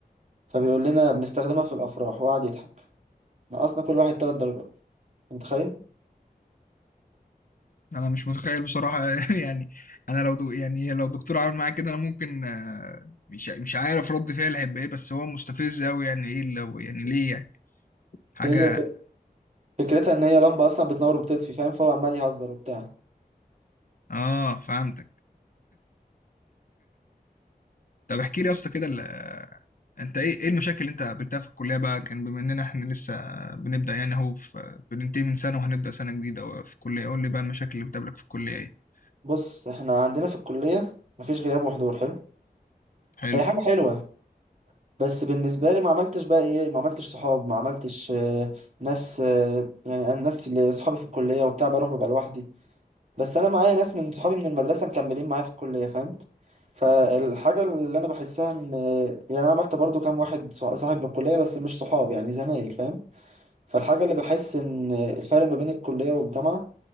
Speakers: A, on the right; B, on the left.
A: فبيقول لنا بنستخدمها في الأفراح وقعد يضحك نقصنا كل واحد ثلاث درجات أنت متخيل
B: انا مش متخيل بصراحه <laughs> يعني انا لو دو يعني لو دكتور عمل معايا كده انا ممكن آه، مش مش عارف رد فعلي هيبقى ايه بس هو مستفز قوي يعني ايه اللي هو يعني ليه يعني حاجه
A: هي فكرتها ان هي لمبة اصلا بتنور وبتطفي فاهم فهو عمال يهزر وبتاع
B: اه فهمتك طب احكي لي يا اسطى كده ال- آه، انت ايه ايه المشاكل اللي انت قابلتها في الكليه بقى كان بما اننا احنا لسه بنبدا يعني اهو في بننتهي من سنه وهنبدا سنه جديده في الكليه قول لي بقى المشاكل اللي بتقابلك في الكليه ايه
A: بص احنا عندنا في الكلية مفيش غياب وحضور حلو
B: حلو
A: هي حاجة حلوة بس بالنسبة لي ما عملتش بقى ايه ما عملتش صحاب ما عملتش آه، ناس آه، يعني انا الناس اللي صحابي في الكلية وبتاع بروح ببقى لوحدي بس انا معايا ناس من صحابي من المدرسة مكملين معايا في الكلية فاهم فالحاجة اللي انا بحسها ان آه، يعني انا عملت برضو كام واحد صح- صاحب من الكلية بس مش صحاب يعني زمايل فاهم فالحاجة اللي بحس ان آه، الفرق ما بين الكلية والجامعة